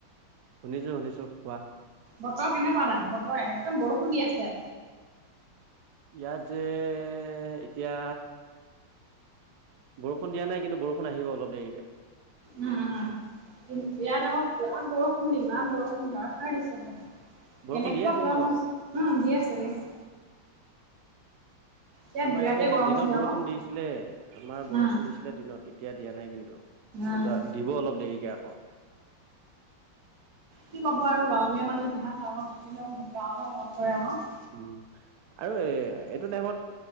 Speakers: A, on the right (about 80°); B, on the right (about 50°).
A: শুনিছো শুনিছো কোৱা।
B: বতৰ কেনেকুৱা তাত বতৰ একদম বৰষুণ দি আছে।
A: ইয়াত যে- এতিয়া বৰষুণ দিয়া নাই কিন্তু বৰষুণ আহিব অলপ দেৰিকে।
B: অ', অ', ইয়াত আকৌ পুৰা বৰষুণ ইমান বৰষুণ ধৰাষাৰ দিছে
A: বৰষুণ
B: কেনেকুৱা
A: দিয়ে আছে
B: গৰম
A: নেকি বাৰু
B: হৈছে দি আছে দি আছে। ইয়াত
A: আমাৰ
B: বিৰাতে
A: ইয়াতো সেই
B: গৰম
A: দিনত
B: উঠে
A: বৰষুণ
B: আকৌ
A: দিছিলে আমাৰ
B: উম
A: বৰষুণ দিছিলে দিনত এতিয়া দিয়া নাই কিন্তু। কিন্তু
B: উম
A: দিব অলপ দেৰিকে আকৌ।
B: কি পাব আৰু গাঁৱলীয়া মানুহ যিমান টাউনত থাকিলেও গাঁৱলৈ মনত পৰে আকৌ।
A: উম আৰু এ' এইটো টাইমত